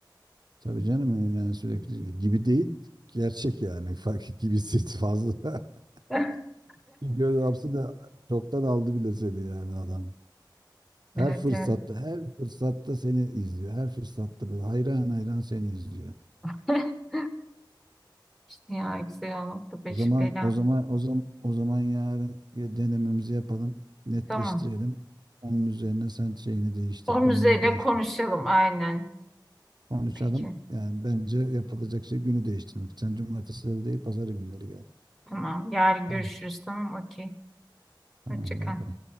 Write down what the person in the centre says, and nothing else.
<laughs>
Evet
evet.
<laughs> İşte ya güzel olmakla başı
bela.
Tamam.
Onun
üzerine
konuşalım aynen.
Peki.
Tamam. Yarın
görüşürüz. Tamam. Okey.
Hoşça
kal.